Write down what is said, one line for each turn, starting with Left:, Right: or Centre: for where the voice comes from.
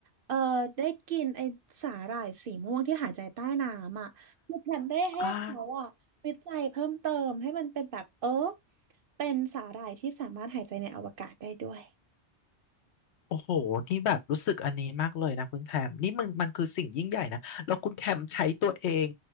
Right: เออได้กินไอสาหร่ายสีม่วงที่หายใจใต้น้ำอ่ะคือแทมได้ให้เขาอ่ะวิจัยเพิ่มเติมให้มันเป็นแบบเออ
Left: อ่า
Right: เป็นสาหร่ายที่สามารถหายใจในอวกาศได้ด้วย
Left: โอ้โหนี่แบบรู้สึกอันนี้มากเลยนะคุณแทมนี่มันมันคือสิ่งยิ่งใหญ่นะแล้วคุณแทมใช้ตัวเอง